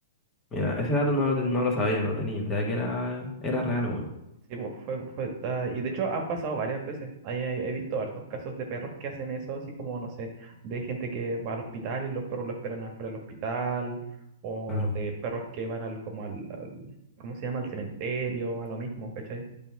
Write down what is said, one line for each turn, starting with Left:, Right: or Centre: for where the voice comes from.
Left: mira, ese dato no, lo ten- no lo sabía, no tenía idea que era, era real, weón.
Right: Sí, pues fue, fue, está- y de hecho han pasado varias veces. Ahí he, he visto hartos casos de perros que hacen eso, así como, no sé, de gente que va al hospital y los perros lo esperan afuera del hospital, o
Left: Claro.
Right: de perros que van al, como al, al- ¿cómo se llama? Al cementerio, a lo mismo, ¿cachai?